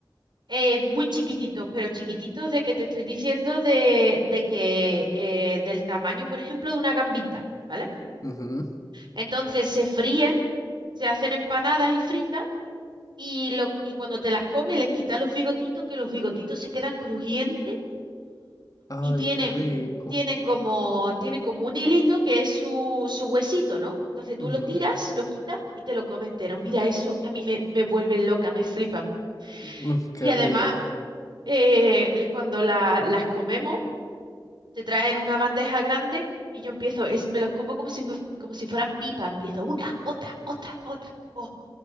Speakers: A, on the right; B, on the left.
A: eh, muy chiquititos, pero chiquititos de que te estoy diciendo de, de que eh, del tamaño, por ejemplo, de una gambita, ¿vale?
B: Ujú.
A: Entonces se fríen, se hacen empanadas y fritas y, lo, y cuando te las comes les quitas los bigotitos, que los bigotitos se quedan crujientes
B: Ay,
A: y tienen,
B: qué rico.
A: tienen como, tienen como un hilito que es su, su huesito, ¿no? Entonces
B: Ujú.
A: tú lo tiras, lo quitas y te lo comes entero. Mira, eso a mí me, me vuelve loca, me flipa.
B: Mm, qué
A: Y además,
B: rico.
A: eh, l- cuando la- las comemos, te traen una bandeja grande y yo empiezo, es, me los como como si, me- como si fueran pipa. Empiezo una, otra, otra, otra. Oh,